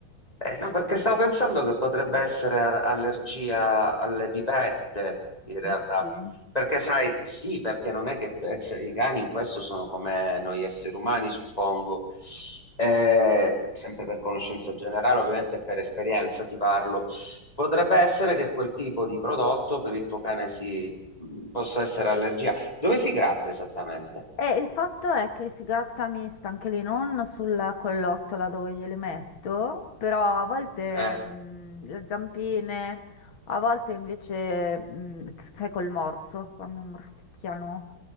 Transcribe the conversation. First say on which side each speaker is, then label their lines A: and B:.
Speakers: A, on the left; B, on the left.
A: Eh, no, perché stavo pensando che potrebbe essere a- allergia alle pipette, in realtà.
B: Dici?
A: Perché sai, sì, perché non è che te- se- i cani in questo sono come noi esseri umani, suppongo. Eh, sempre per conoscenza generale, ovviamente e per esperienza ti parlo. Potrebbe essere che quel tipo di prodotto per il tuo cane si mh, possa essere allergia. Dove si gratta esattamente?
B: E il fatto è che si gratta mista anche lì, non sulla collottola dove gliele metto, però a volte
A: Eh,
B: mh, le zampine, a volte invece, mh, sai, col morso, quando morsicchiano.